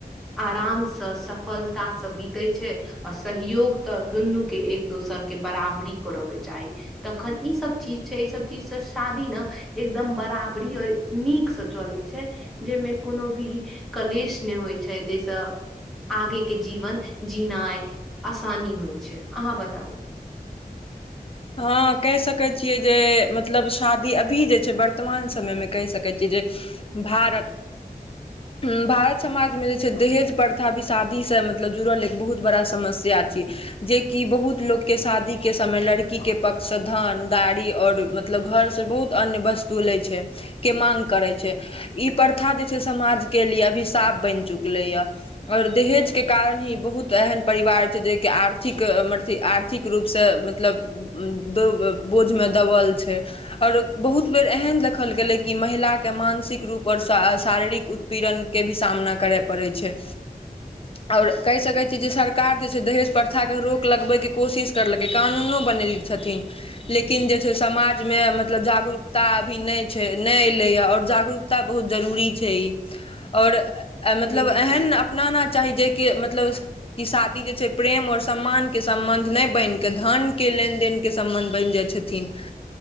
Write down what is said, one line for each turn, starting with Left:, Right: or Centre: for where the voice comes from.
Centre: आरामसँ सफलतासँ बितै छै। आ सहयोग तऽ दुनूके एक दोसर के बराबरी कर के चाही। तखन ई सब चीज छै ई सब चीजसँ शादी न एकदम बराबरी और नीकसँ चलय छै जय मे कोनो भी कलेश नै होय छै जे से आगे के जीवन जिनाय आसानी होय छै, अहाँ बताउ?
Left: हां कह सकय छियै जे मतलब शादी अभी जे छै वर्तमान समय मे कह सकय छियै जे भारत। हूं भारत समाज मे जे छै दहेज प्रथा भी शादी से मतलब जुड़ल एक बहुत बड़ा समस्या छियै। जेकि बहुत लोक के शादी के समय लड़की के पक्ष से धन गाड़ी और म-म मतलब घर से बहुत अन्य वस्तु लै छै के मांग करै छै। ई प्रथा जे छै समाज के लिए अभिशाप बैन चुकलै यै। और दहेज के कारण ही बहुत एहेन परिवार छै जे के आर्थिक अ मरथी आर्थिक रूप से मतलब उम्म दब बोझमे दबल छै और बहुत बेर एहेन देखल गेलय कि महिला के मानसिक रूप और शा आ शारीरिक उत्पीड़न के भी सामना करय पड़य छै। और कह सकय छी जे सर कार जे छै दहेज प्रथा के रोक लगबै के कोशिश करलकै, कानूनो बनैएले छथिन लेक लेकिन जे छै समाज मे मतलब जागरूकता अभी नै छै नै ऐलय यै और जागरूक ता बहुत जरूरी छै और ए मतलब
Centre: बिलकुल
Left: एहेन अपनाना चाही जै के मतलब ई शादी जे छै प्रेम और सम्मान के सम्बन्ध नै बैन कै धन के लेन-देन के सम्बन्ध बैन जाए छथिन।